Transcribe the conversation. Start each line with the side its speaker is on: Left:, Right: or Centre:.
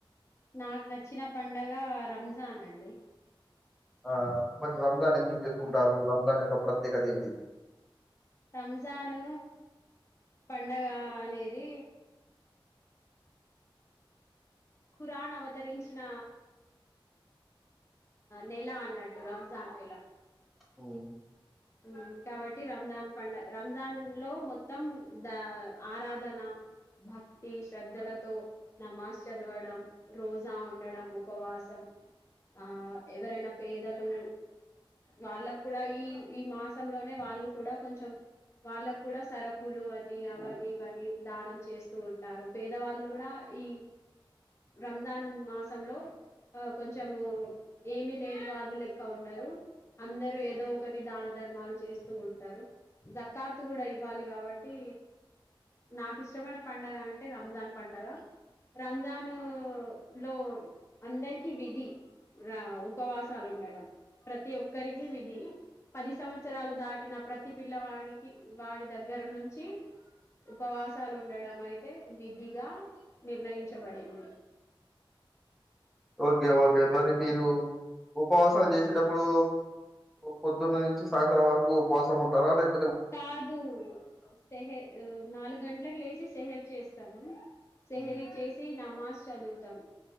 Left: నాకు నచ్చిన పండగ రంజాన్ అండి
Centre: ఆ మరి రంజాన్ ఎందుకు చేసుకుంటారు రంజాన్ యొక్క ప్రత్యేకత ఏంటిది
Left: రంజాను పండగ అనేది ఖురాన్ అవతరించిన నెల అన్నట్టు రంజాన్ నెల
Centre: ఓ
Left: ఊ కాబట్టి రంజాన్ పండగ రంజాన్ లో మొత్తం ద ఆరాధన భక్తి శ్రద్ధలతో నమాజ్ చదవడం రోజా ఉండడం ఉపవాసం ఆ ఎవరైనా పేదలు వాళ్ళకు కూడా ఈ ఈ మాసంలోనే వాళ్ళు కూడా కొంచెం వాళ్ళకు కూడా సరుకులు అని అవని ఇవని దానం చేస్తూ ఉంటారు పేదవాళ్ళు కూడా ఈ రంజాన్ మాసంలో ఆ కొంచెము ఏమి లేని వాళ్ళు లెక్క ఉన్నారురు అందర ఏదో ఒకటి దాన ధర్మాలు చేస్తూ ఉంటారు జక్కాత్ కూడా ఇవ్వాలి కాబట్టి నాకు ఇష్టమైన పండగ అంటే రంజాన్ పండగ రంజాన్ లో లో అందరిక విధి ఉపవాసాలు ఉండడం ప్రతి ఒక్కరికి విది పది సంవత్ త్సరాలు దాటిన ప్రతి పిల్లవాడికి వాడి దగ్గర నుంచి ఉపవాసాలు ఉండడం అయితే విధిగా నిర్ణయించబడింది
Centre: ఓకే ఓకే మరి మీరు ఉపవాసాలు చేసేటప్పుడు పొద్దున్న నుంచి సాయంత్రం వరకు ఉపవాసం ఉంటారా లేక్
Left: కాదు సెహే నాలుగు గంటలకు లేచి సెహరి చేస్తాను సెహరి
Centre: హ్మ్.
Left: చేసి నా మాస్ చదువుతాం